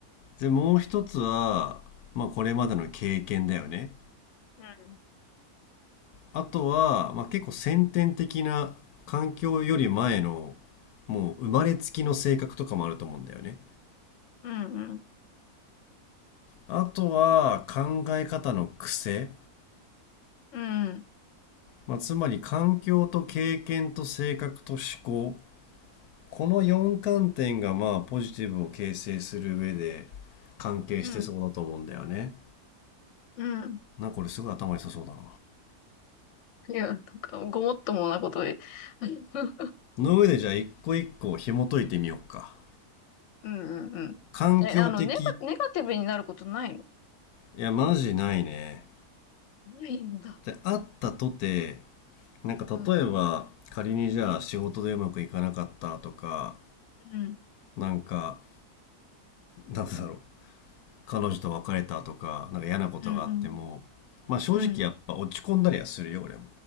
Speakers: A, on the left (about 85°); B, on the left (about 60°).
A: でもう一つはまあこれまでの経験だよね
B: うん、
A: あとは、まあ、結構先天的な環境より前のもう生まれつきの性格とかもあると思うんだよね。
B: うん、うん、
A: あとは考え方の癖、
B: うん、
A: まあ、つまり環境と経験と性格と思考この4観点がまあポジティブを形成する上で関係してそうだと思うんだよね。
B: うん、うん。
A: なんかこれすごい頭良さそうだな。
B: いや、なんかごもっともなことで。<laughs> うん、
A: の上でじゃあ一個一個紐解いてみようか。
B: うん、うん。
A: 環境的。
B: え、あの、ネガ、ネガティブになることないの
A: いや、マジないね。
B: ないんだ。
A: で、あったとて、なんか例えば仮にじゃあ仕事でうまくいかなかったとか
B: うん、うん、
A: なんかなんだろう彼女と別れたとかなんか嫌なことがあってもまあ正直やっぱ落ち込んだりはするよ俺も
B: うん、うん。うん